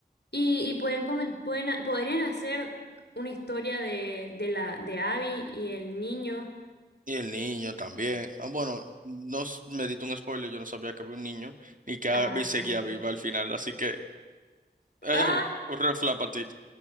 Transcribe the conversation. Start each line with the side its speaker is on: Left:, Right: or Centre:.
Left: Y, y pueden comen- pueden, ha- podrían hacer una historia de, de la de Abby y el niño.
Right: Y el niño también. Ah, bueno, no s- me diste un spoiler, yo no sabía que había un niño y que Abby
Left: Ah,
Right: seguía
Left: vamos.
Right: viva al final, así que eh,
Left: ¡Ah!
Right: un red flag para ti.